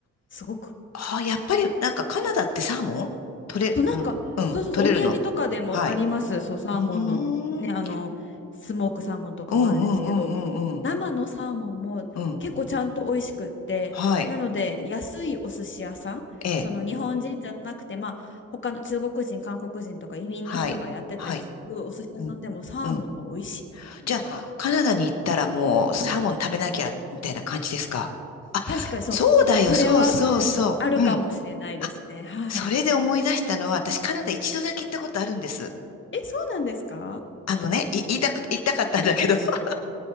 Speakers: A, on the left; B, on the left.
A: すごく。
B: ああ、やっぱり、なんかカナダってサーモン取れ、
A: と、
B: うん、
A: なんか、
B: うん、
A: そうそうそう、
B: 取れるの。
A: お土産とかでもあります。
B: はい。
A: そう、サーモンの、
B: うーん、
A: ね、
B: うん、
A: あの、スモークサーモンとかもあるんですけど、
B: うん、うん、うん、うん。
A: 生のサーモンも結構ちゃんと美味しくって、
B: うんはい。
A: なので、安いお寿司屋さん、
B: ええ、
A: その日本人じゃなくて、まあ、他の中国人、韓国人とか移民の人がやってたりするお寿司屋さんでもサーモンは美味しいっていうのが、
B: はい。はい。うん。うんじゃあ、カナダに行ったらもうサーモン食べなきゃ、
A: はい。
B: みたいな感じですかあ、
A: 確かにそう、
B: そうだよ、
A: それは、
B: そうそうそう。
A: うん、あるかもしれないですね。
B: うん。あ、
A: はい。
B: それで思い出したのは、私カナダ一度だけ行ったことあるんです。
A: え、そうなんですか
B: あのね、い言いたく、言いたかったんだけど、<laughs>